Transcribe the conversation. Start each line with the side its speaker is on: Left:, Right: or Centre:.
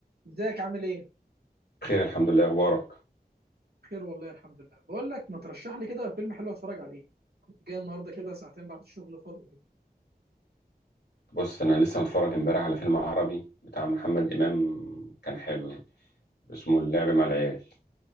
Right: ازيك عامل ايه؟
Left: بخير الحمد لله اخبارك
Right: بخير والله الحمد لله بقول لك ما ترشح لي كده فيلم حلو اتفرج عليه كنت جاي النهارده كده ساعتين بعد الشغل فاضي
Left: بص انا لسه متفرج امبارح على فيلم عربي بتاع محمد امام كان حلو يعني اسمه اللعب مع العيال